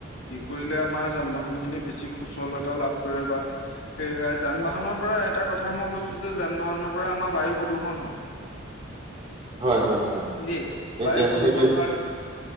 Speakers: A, on the left; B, on the right.
A: কৰিলে আমাৰ যান বাহন খিনি বেছি সুচলতা লাভ কৰে বা। হেৰি হয়, যান বাহনৰ পৰা এটা কথা মই কৈছোঁ যে যান বাহনৰ পৰা আমাৰ বায়ু প্ৰদূষণ হয়।
B: হয় হয় হয়
A: যে
B: এতিয়া
A: বায়ু প্ৰদূৰষণ
B: সেইটোৱে
A: হোৱাৰ